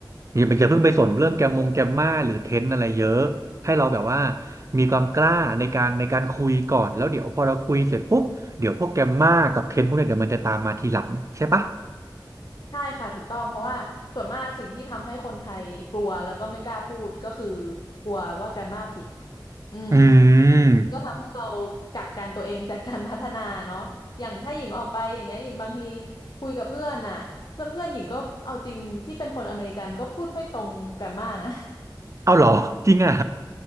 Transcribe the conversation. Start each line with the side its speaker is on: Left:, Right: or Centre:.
Right: อย่าไปอย่าเพิ่งไปสนเรื่องแกมมงแกมมาหรือเทรนอะไรเยอะให้เราแบบว่า
Left: อืม
Right: มีความกล้าในการในการคุยก่อนแล้วเดี๋ยวพอเราคุยเสร็จปุ๊บเดี๋ยวพวกแกมมากับเทรนพวกเนี้ยเดี๋ยวมันจะตามมาทีหลังใช่ปะ
Left: ใช่ค่ะถูกต้องเพราะว่าส่วนมากสิ่งที่ทำให้คนไทยกลัวแล้วก็ไม่กล้าพูดก็คือกลัวว่าแกรมมาผิดอืม
Right: อืม
Left: ก็ทำให้เรากักกันตัวเองจากการพัฒนาเนาะอย่างถ้าหญิงออกไปอย่างเงี้ยหญิงบางทีคุยกับเพื่อนน่ะเพื่อนเพื่อนหญิงก็เอาจริงที่เป็นคนอเมริกันก็พูดไม่ตรงแกรมมานะ
Right: เอาเหรอจริงอ่ะ